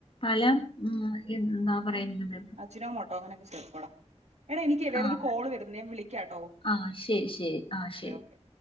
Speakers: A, on the left; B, on the right.
A: പല ഉം എന്നാ പറയേണ്ടത്
B: അജ്നാമോട്ടോ അങ്ങനൊക്കെ ചേർക്കോടാം എടാ എനിക്ക് വേറൊരു
A: ആഹ്
B: കോള് വരുന്നു ഞാൻ വിളിക്കാട്ടോ
A: ആഹ് ശരി ശരി ആ ശരി
B: ഓക്കെ